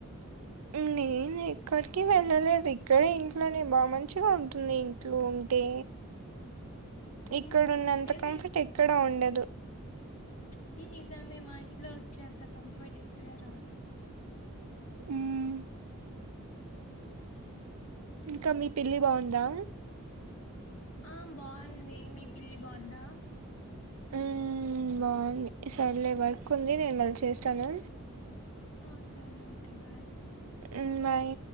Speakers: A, on the right; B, on the left.
A: ఉ నేను ఎక్కడికి వెళ్ళలేదు ఇక్కడే ఇంట్లోనే బా మంచిగా ఉంటుంది ఇంట్లో ఉంటే ఇక్కడున్నంత
B: మ్మ్ అంతేలే
A: కంఫర్ట్ ఎక్కడా ఉండదు
B: అది నిజమే మా ఇంట్లో వచ్చేంత కంఫర్ట్ ఎక్కడా రాదు
A: మ్మ్ ఇంకా మీ పిల్లి బాగుందా
B: ఆ బావుంది మీ పిల్లి బావుందా
A: ఉమ్ బావుంది సర్లే వర్కుంది నేను మల్ల చేస్తాను
B: ఆ సరే అయితే బాయ్
A: ఉమ్ బాయ్